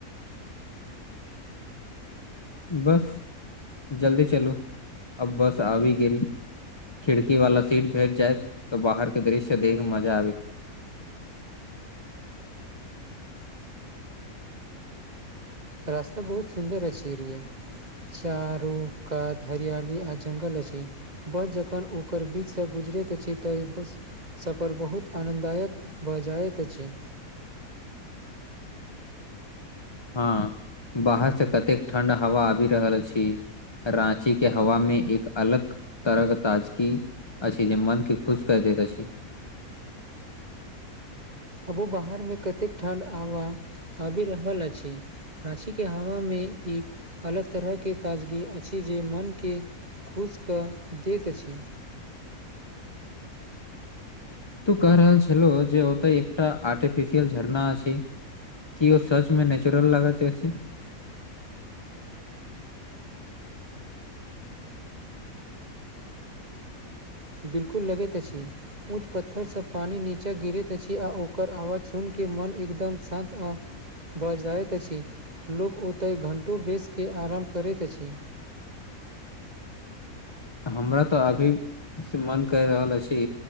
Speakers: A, on the left (about 20°); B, on the right (about 30°).
A: बस जल्दी चलू अब बस आबि गेल खिड़की वाला सीट भेट जायत तऽ बाहर के दृश्य देख मजा आबि
B: रास्ता बहुत सुन्दर अछि एरिया चारू कात हरियाली आ जंगल अछि बस जखन ओकर बीचसँ गुजरैत अछि तऽ बस सफर बहुत आनन्ददायक भऽ जाइत अछि
A: हँ बाहर से कतेक ठंड हवा आबि रहल छी राँची के हवा में एक अलग तरहके ताजगी अछि जे मन के खुश क दैत अछि
B: अबो बाहरमे कतेक ठण्ड आव आबि रहल अछि रांची के हवा मे एक अलग तरहके ताजगी अछि जे मनके खुश कऽ दैत अछि
A: तू कह रहल छलो जे ओतय एकटा आर्टिफिशियल झरना अछि की ओ सच में नेचुरल लगा छै अछि
B: बिलकुल लगैत अछि ऊँच पत्थरसँ पानि नीचाँ गिरैत अछि आ ओकर आवाज सुनिके मोन एकदम शान्त आ भऽ जाइत अछि लोक ओतय घंटो बेसके आराम करैत अछि
A: हमरा तऽ अभी से मन क रहल अछि